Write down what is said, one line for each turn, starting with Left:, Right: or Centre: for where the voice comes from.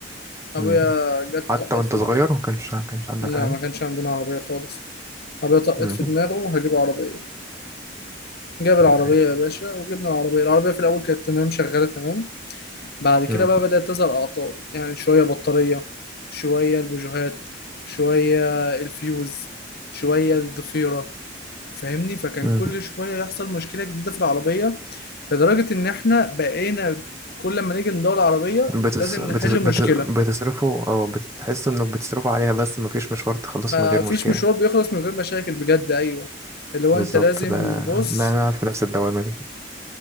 Left: أبويا
Right: مم.
Left: جت
Right: حتى
Left: طقت
Right: وانت
Left: في
Right: صغير ما كانش ما كانش عندك
Left: لا
Right: حاجة
Left: ما كانش عندنا عربية خالص أبويا طقت
Right: مم.
Left: في دماغه هجيب عربية جاب العربية
Right: حاجة.
Left: يا باشا وجبنا العربية العربية في الأول كانت تمام شغالة تمام بعد كده
Right: مم.
Left: بقى بدأت تظهر أعطال يعني شوية بطارية شوية البوجيهات شوية الفيوز شوية الضفيرة فاهمني فكان
Right: مم.
Left: كل شوية يحصل مشكلة جديدة في العربية لدرجة إن إحنا بقينا كل ما نيجي ندور العربية
Right: بتس...
Left: لازم
Right: بتس...
Left: نحل
Right: بت...
Left: مشكلة
Right: بتصرفوا او بتحس انك بتصرفوا عليها بس مفيش مشوار تخلصه
Left: ما
Right: من غير
Left: فيش
Right: مشكلة
Left: مشوار بيخلص من غير مشاكل بجد ايوه اللي هو
Right: بالظبط
Left: انت لازم
Right: ده
Left: بص
Right: ده انا قاعد في نفس الدوامة دي